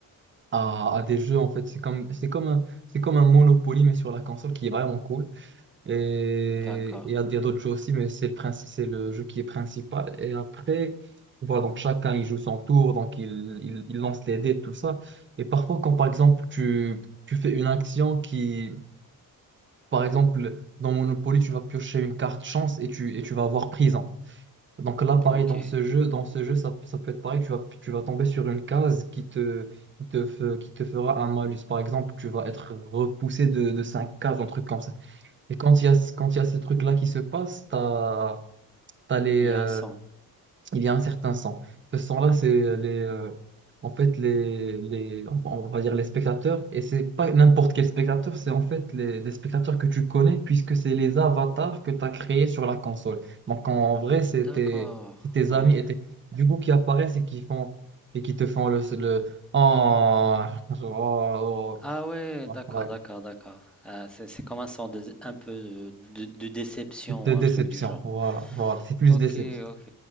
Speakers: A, on the right; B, in the centre.
A: à, à des jeux en fait c'est comme c'est comme un c'est comme un Monopoly mais sur la console qui est vraiment cool et
B: D'accord.
A: il y a, il y a d'autres jeux aussi mais c'est le princi- c'est le jeu qui est principal et après voilà donc chacun il joue son tour donc il, il, il lance les dés tout ça et parfois quand par exemple tu tu fais une action qui par exemple, dans Monopoly, tu vas piocher une carte chance et tu, et tu vas avoir prison. Donc là, pareil,
B: Ok.
A: dans
B: Il
A: ce jeu, dans ce jeu, ça, ça peut être pareil, tu vas, tu vas tomber sur une case qui te, qui te, fe- qui te fera un malus. Par exemple, tu vas être repoussé de, de 5 cases, un truc comme ça. Et quand il y a, quand il y a ces trucs-là qui se passent, tu as, les,
B: y
A: euh,
B: a un son.
A: il y a un certain sang. Ce sang-là, c'est euh, les, euh, en fait les, les, on va dire les spectateurs, et c'est pas n'importe quel spectateur, c'est en fait les, les spectateurs que tu connais, puisque c'est les avatars que tu as créés sur la console. Donc en, en vrai, c'est
B: D'accord.
A: tes, c'est tes
B: Ouais.
A: amis et tes- du coup qui apparaissent et qui font et qui te font le, le oh, <laughs> oh,
B: Ah ouais,
A: oh,
B: d'accord,
A: ouais.
B: d'accord, d'accord. Ah, c'est c'est comme un son de, un peu de, de- de déception
A: De
B: ou
A: déception,
B: un truc du genre.
A: voilà, voilà, c'est plus
B: Ok,
A: déception.
B: ok.